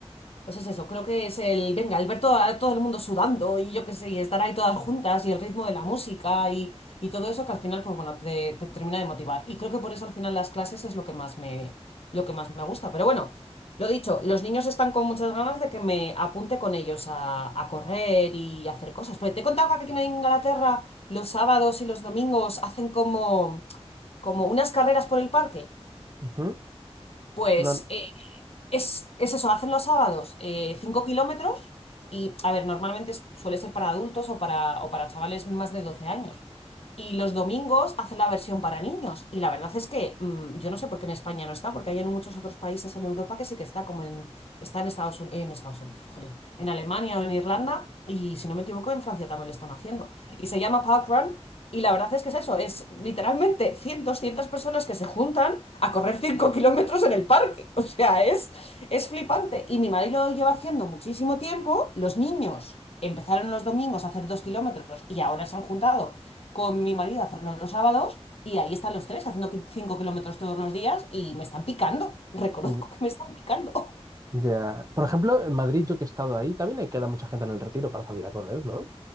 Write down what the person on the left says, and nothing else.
Pues es eso, creo que es el, venga, el ver toda- todo el mundo sudando y yo qué sé, y estar ahí todas juntas y el ritmo de la música y, y todo eso que al final, pues bueno, te, te termina de motivar. Y creo que por eso al final las clases es lo que más me, lo que más me gusta. Pero bueno, lo dicho, los niños están con muchas ganas de que me apunte con ellos a, a correr y a hacer cosas. Pero te he contado que aquí en Inglaterra los sábados y los domingos hacen como, como unas carreras por el parque.
Pues...
eh, es, es eso, hacen los sábados eh, 5 kilómetros y, a ver, normalmente es- suele ser para adultos o para, o para chavales más de 12 años. Y los domingos hacen la versión para niños. Y la verdad es que mm, yo no sé por qué en España no está, porque hay en muchos otros países en Europa que sí que está, como en, está en Estados, Uni- en Estados Unidos, jolín, en Alemania o en Irlanda, y si no me equivoco, en Francia también lo están haciendo. Y se llama Parkrun, y la verdad es que es eso, es literalmente 100 200 personas que se juntan a correr 5 kilómetros en el parque. O sea, es, es flipante. Y mi marido lo lleva haciendo muchísimo tiempo, los niños. Empezaron los domingos a hacer dos kilómetros y ahora se han juntado con mi marido a hacerlo los sábados y ahí están los tres haciendo qui- 5 kilómetros todos los días y me están picando. Reconozco
que me están picando. <laughs>